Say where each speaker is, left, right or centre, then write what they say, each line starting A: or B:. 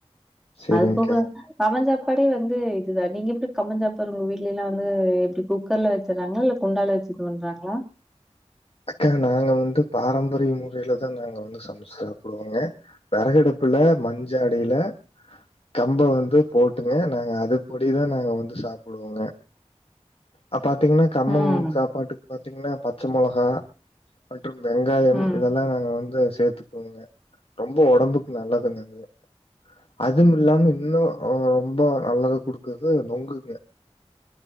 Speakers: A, on the left; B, in the centre.
A: சேரிங்க்கா
B: அது போக கம்மஞ் சாப்பாடே வந்து இதுதான் நீங்க எப்டி கம்மஞ் சாப்பாடு உங்க வீட்லலாம் வந்து எப்டி குக் கர்ல வச்சறாங்களா இல்ல குண்டால வச்சு இது பண்றாங்களா
A: அக்கா நாங்க வந்து பாரம்பரிய முறையிலதான் நாங்க வந்து சமச்சு சாப்பிடுவோங்க விறகெடுப்புல மண்சாடில கம்ப வந்து போட்டுங்க நாங்க அதுப் பொடிதான் நாங்க வந்து சாப்பிடுவோங்க அ பாத்தீங்கன்னா கம்மங்
B: ம்.
A: சாப்பாட்டுக்கு பாத்தீங்கன்னா பச்ச மொளகா மற்றும் வெங்காயம்
B: ம்.
A: இதெல்லாம் நாங்க வந்து சேத்து கோங்க ரொம்ப ஒடம்புக்கு நல்லதுங்க அது அதுவம்மில்லாம இன்னு ரொம்ப நல்லத குடுக்குறது நொங்குங்க